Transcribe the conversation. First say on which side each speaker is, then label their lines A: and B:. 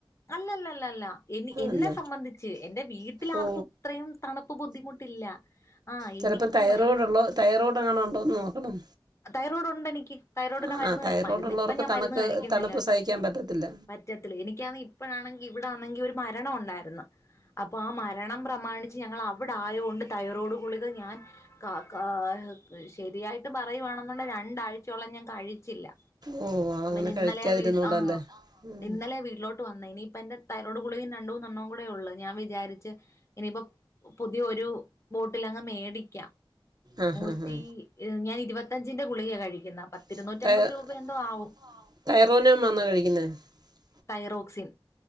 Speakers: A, on the left; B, on the right.
A: അല്ലല്ലല്ലല്ല. എനി എന്നെ
B: അല്ല
A: സംബന്ധിച്ച് എൻന്റെ വീട്ടിൽ ആർക്കും
B: ഓ
A: ഇത്രയും തണുപ്പ് ബുദ്ധിമുട്ടില്ല. ആഹ്
B: ചിലപ്പോം
A: എനിക്ക്
B: തൈറോയ്ഡ്
A: ഭയ
B: ഉള്ളോ തൈറോയ്ഡ് എങ്ങന ഉണ്ടോന്ന് നോക്കണം.
A: തൈറോയ്ഡ് ഉണ്ട് എനിക്ക് തൈറോയ്ഡ് ഉണ്ടെനിക്ക് തൈറോയിഡിനെ
B: ആ
A: മരുന്ന്
B: തൈറോയ്ഡ്
A: മരുന്ന്
B: ഉള്ളവർക്ക്
A: ഇപ്പ ഞാൻ
B: തണുക്ക്
A: മരുന്ന് കഴിക്കുന്നില്ല
B: തണുപ്പ്
A: കെട്ടോ
B: സഹിക്കാൻ പറ്റത്തില്ല
A: മറ്റെ -- എത്തില് എനികാണങ്കി ഇപ്പഴാണെങ്കിൽ ഇവിടാണെങ്കിൽ ഒരു മരണം ഉണ്ടായിരുന്നു അപ്പൊ ആ മരണം പ്രമാണിച്ച് ഞങ്ങൾ അവിടെ ആയോണ്ട് തൈറോഡ് ഗുളിക ഞാൻ കാ കാ ശരിയായിട്ട് പറയുയാണെന്നുണ്ട രണ്ടാഴ്ചോളം ഞാൻ കഴിച്ചില്ല.
B: ഓ അതങ്ങനെ
A: മിനി
B: കഴിക്കാതിരുന്നൂടല്ലേ
A: ന്നലെ വീട്ട് ആഹ
B: ഉം
A: ഇന്നലെ വീട്ടിലോട്ട് വന്ന ഇനി ഇപ്പ എന്റെ തയ്രോട് ഗുളിക രണ്ടൂ നണ്ണേ കൂടെ ഉള്ളൂ ഞാൻ വിചാരിച്ച് ഇനിയിപ്പൊ പുതിയ ഒരു ബോട്ടിലങ്ങ് മേടിക്കാം
B: ആ
A: നൂറ്റി
B: ഹാ ഹാ
A: <unintelligible> ഇരുപത്തഞ്ചിന്റെ ഗുളികെ കഴിക്കുന്നെ പത്തിരുന്നൂറ്റമ്പത്
B: <unintelligible>
A: രൂപ എന്തോ ആവും തൈറോക്സിൻ.